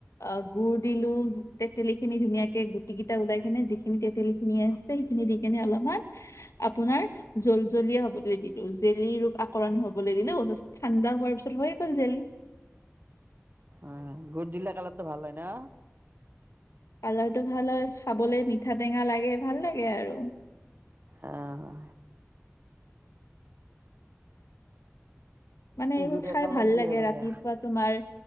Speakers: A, on the left; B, on the right.
A: অ, গুড় দিলো তেতেলী খিনি ধুনীয়াকে গুটি কিটা ওলাই কিনে যিখিনি তেতেলি খিনিয়ে তে এইখিনি দি কেনে অলমান আপোনাৰ জল-জলীয়া হ'বলে দি দু জেলি ৰূপ আকৰণ হ'বলে দিলো তাছত ঠাণ্ডা হোৱাৰ পিছত হৈয়ে গ'ল জেলি।
B: অ, গুৰ দিলে কালাৰটো ভাল হয় ন?
A: কালাৰটো ভাল হয় খাবলে মিঠা, টেঙা লাগে ভাল লাগে আৰু।
B: আহ,
A: মানে এইবোৰ
B: গুৰে
A: খাই
B: কালাৰ
A: ভাল
B: দিয়ে
A: লাগে
B: বঢ়িয়া।
A: ৰাতিপুৱা তোমাৰ